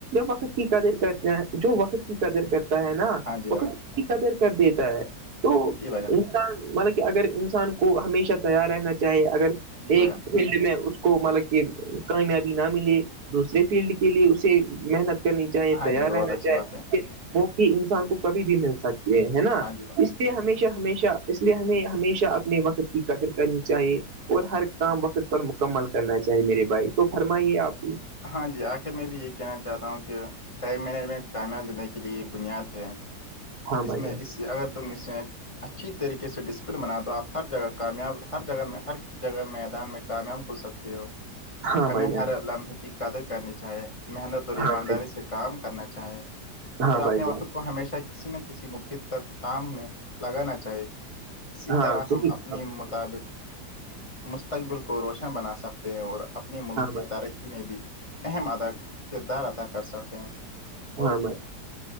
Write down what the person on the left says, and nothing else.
ہاں جی بھائی
جی بھیا
جی
بھائی جان
ہاں
جی بھائی،
بہت اچھی
بات ہے
ہاں جی بھائی
ہاں جی آخر میں بھی یہ کہنا چاہتا ہوں کہ ٹائم مینجمنٹ کامیاب زندگی کے لیے بنیاد ہے
اس
میں
اس اگر تم اس میں اچھی طریقے سے ڈسپلن بناات دو آپ ہر جگہ کامیاب ہر جگہ میں ہر جگہ میدان میں کامیاب ہو سکتے ہو
ہمیں
ہر لمحے کی قدر کرنی چاہیے محنت اور
ایمانداری
سے کام کرنا چاہیں
اور اپنے
وخود
کو ہمیشہ کسی نہ کسی مفید تک کام میں لگانا چاہ چاہ اسی
طرح
ہم
اپنی
مطابق
مستقبل کو روشن بنا سکتے ہیں اور اپنے ملک
کی ترقی میں بھی اہم ادا کردار ادا کر سکتے ہیں اور